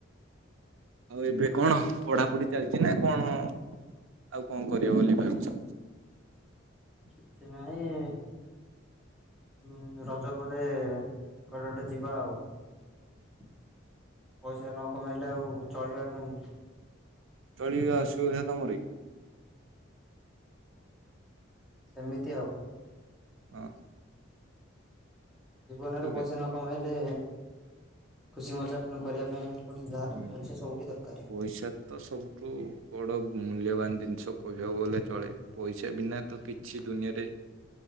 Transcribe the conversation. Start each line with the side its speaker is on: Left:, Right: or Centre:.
Right: ଆଉ ଏବେ କଣ ପଢାପୁଢି ଚାଲିଚି ନା କଣ ଆଉ କଣ କରିବ ବୋଲି ଭାବିଚ?
Centre: କିଛି ନାହିଁ। ହଁ ରଜ ପରେ କୁଆଡେ ଗୋଟେ ଯିବା ଆଉ ପଇସା ନ କମେଇଲେ ଆଉ ଚଳିବା କେମିତି?
Right: ଚଳିବା ଅସୁବିଧା ତମରି କି?
Centre: ସେମିତି ଆଉ।
Right: ହଁ।
Centre: ଜୀବନରେ
Right: ଠିକ
Centre: ପଇସା
Right: ଅଛି
Centre: ନ କମେଇଲେ ଖୁସି ମଜା ପୁଣି କରିବା ପାଇଁ ପୁଣି ଯାହାହେଲେ
Right: ହୁଁ
Centre: ପଇସା ସବୁଠି ଦରକାର।
Right: ପଇସା ତ ସବୁଠୁ ବଡ ମୂଲ୍ୟବାନ ଜିନିଷ କହିବାକୁ ଗଲେ ଚଳେ। ପଇସା ବିନା ତ କିଛି ଦୁନିଆରେ